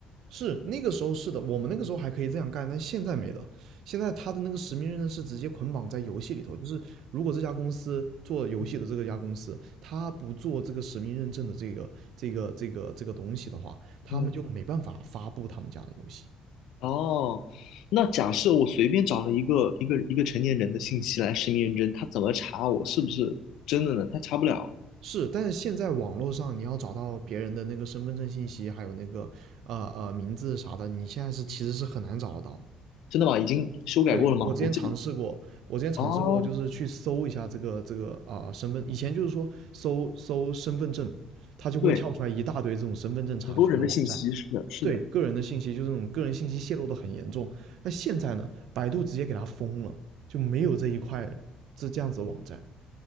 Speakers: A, on the right (about 65°); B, on the left (about 75°).
A: 是那个时候是的，我们那个时候还可以这样干，但现在没了。现在他的那个实名认证是直接捆绑在游戏里头，就是如果这家公司做游戏的这个家公司，
B: 嗯
A: 他不做这个实名认证的这个这个这个这个东西的话，他们就没办法发布他们家的游戏。
B: 嗯，哦，那假设我随便找了一个一个一个成年人的信息来实名认证，他怎么查我是不是真的呢？他查不了啊，
A: 是，但是现在网络上你要找到别人的那个身份证信息，还有那个呃呃名字啥的，你现在是其实是很难找得到的。
B: 真的吗？已经修改过了吗？
A: 对，我之前尝试过，
B: 我记得，
A: 我之前尝试过，
B: 哦，
A: 就是去搜一下这个这个啊、身份，以前就是说搜搜身份证，它就会跳出来一大堆这种身份证查询的网站，
B: 对，很多人的信息，是的，是的。
A: 对个人的信息就这种个人信息泄露的很严重。那现在呢，百度直接给它封了，就没有这一块这这样子的网站。